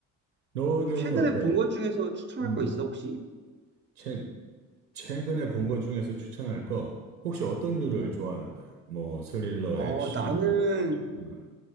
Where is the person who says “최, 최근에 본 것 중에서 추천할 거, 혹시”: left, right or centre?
Right